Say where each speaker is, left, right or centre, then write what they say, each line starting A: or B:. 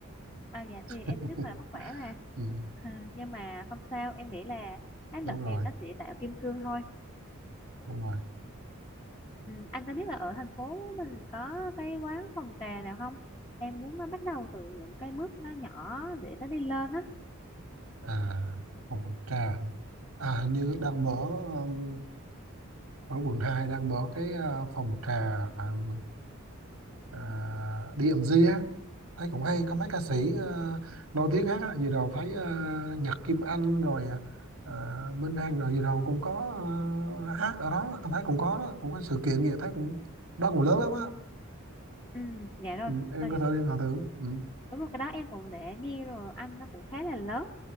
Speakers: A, on the left; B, on the right.
A: À, dạ thì em
B: <laughs>
A: rất là vất vả mà.
B: Ừ.
A: À, nhưng mà không sao em nghĩ là áp lực
B: Đúng rồi,
A: thì nó sẽ tạo kim cương thôi
B: đúng rồi.
A: ừ, anh có biết là ở thành phố mình có cái quán phòng trà nào không em muốn nó bắt đầu từ những cái bước nó nhỏ để nó đi lên á
B: À phòng trà. À hình như đang mở um, ở quận 2 đang mở cái à, phòng trà um, à, DMG á. thấy cũng hay có mấy ca sĩ ờ, nổi tiếng hát á, vừa rồi thấy ờ, Nhật Kim Anh rồi ờ, Minh Hằng rồi vừa rồi cũng có ờ, hát ở đó anh thấy cũng có đó cũng có sự kiện gì thấy cũng đó cũng lớn lắm á
A: ừ dạ rồi
B: ừ, em
A: Ờ,
B: có thể liên hệ thử ừ.
A: đúng rồi cái đó em cũng để nghe rồi anh nó cũng khá là lớn